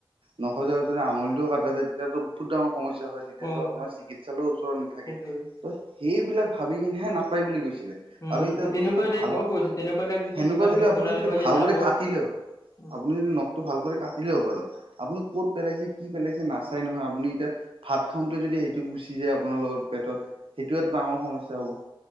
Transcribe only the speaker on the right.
নখৰ জেগাত যদি আঙুলিটোও কাটা যায় তেতিয়াতো বহুত ডাঙৰ সমস্যা হয়। তেতিয়াতো
আপোনাৰ চিকিৎসালয়ৰ ওচৰত নাথাকে
ত' সেইবিলাক ভাবি কিনেহে নাপায় বুলি কৈছিলে।
আৰু এতিয়া
আপুনি
যদি
ভাল
সেনেকুৱা
যদি আপুনি
যদি
ভালক
কাটিলেও
আপুনি নখটো ভালকে কাটিলেও বাৰু আপুনি ক'ত পেলাইছে কি পেলাইছে নাচাই নহয় আপুনি এতিয়া ভাত খাওঁতে যদি সেইটো গুচি যায় আপোনাৰ লগত পেটত সেইটো এটা ডাঙৰ সমস্য হ'ব।